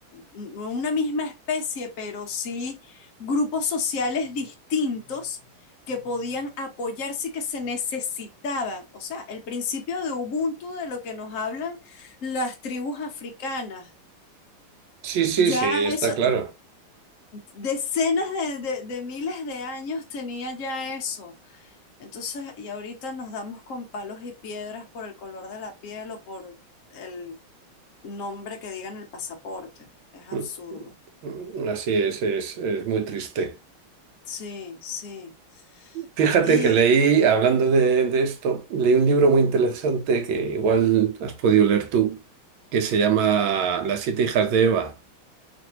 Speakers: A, on the left (about 75°); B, on the right (about 75°).
A: no una misma especie, pero sí grupos sociales distintos que podían apoyarse y que se necesitaban. O sea, el principio de Ubuntu de lo que nos hablan las tribus africanas.
B: sí, sí,
A: Ya
B: sí, está
A: eso,
B: claro.
A: decenas de, de, de miles de años tenía ya eso. Entonces, y ahorita nos damos con palos y piedras por el color de la piel o por el nombre que diga en el pasaporte. Es absurdo.
B: Mm, mm, mm, Así es, es, es muy triste.
A: Sí, sí.
B: Fíjate
A: Y
B: que leí, hablando de, de esto, leí un libro muy interesante que igual has podido leer tú, que se llama Las siete hijas de Eva.